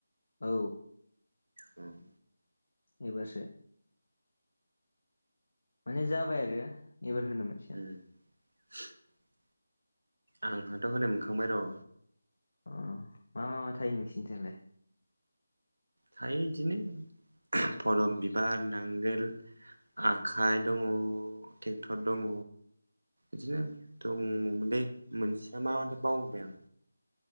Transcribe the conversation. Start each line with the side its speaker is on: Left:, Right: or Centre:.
Left: औ।
Right: उम।
Left: एबारसो। माने जाबाय आरो एबार होनो मोनसिगोन।
Right: उम <unintelligible> आंहाथ' होनो मोनखांबाय र'।
Left: अ मा मा मा थायो नोंसिनिथिंलाय?
Right: थायो बिदिनो फदम बिबार नांगोल आखाइ दङ ट्रेक्टर दङ बिदिनो दङमोनलै मोनसेया मा मोनथाय बावबोबाय आं